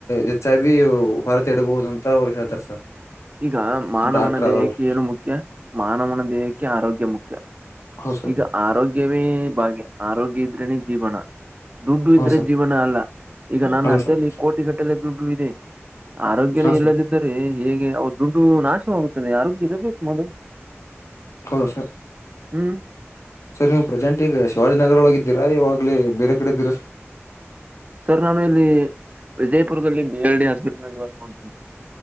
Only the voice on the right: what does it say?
ಈಗ ಮಾನವನ
ದೇಹಕ್ಕೆ ಏನು ಮುಖ್ಯ ಮಾನವನ ದೇಹಕ್ಕೆ ಆರೋಗ್ಯ ಮುಖ್ಯ
ಈಗ ಆರೋಗ್ಯವೇ ಬಾಗಿಯ ಆರೋಗ್ಯ ಇದ್ರನೇ ಜೀವನ ದುಡ್ಡು ಇದ್ರೆ
ಜೀವನ ಅಲ್ಲ ಈಗ ನನ್ನ
ಅಂತಿ
ಈ ಕೋಟಿಗಟ್ಟಲೆ ದುಡ್ಡು ಇದೆ ಆರೋಗ್ಯನೇ
ಇಲ್ಲದಿದ್ದರೆ ಹೇಗೆ ಅವ ದುಡ್ಡು ನಾಶವಾಗುತ್ತದೆ ಆರೋಗ್ಯ ಇರಬೇಕು ಮೊದಲು
ಹ್ಮ್
ಸರ್ ನಾನು ಇಲ್ಲಿ ವಿಜಯಪುರದಲ್ಲಿ ಬಿ ಎಲ್ ಡಿ ಹಾಸ್ಪಿಟಲ್ ನಲ್ಲಿ ಬರ್ಕೊಂಡತಿದ್ದೇನಿ